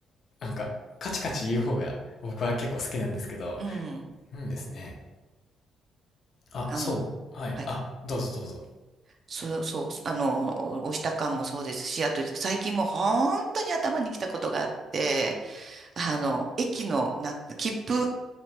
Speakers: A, on the left; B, on the right.
A: なんか、カチカチ言う方が僕は結構好きなんですけど、
B: うん。
A: うんですね。あ、
B: あの、
A: そう。はい。
B: はい。
A: あ、どうぞどうぞ。
B: そう、そう、あの、押した感もそうですし、あと、最近もう本当に頭にきたことがあって、あの、駅の、なんていうの、切符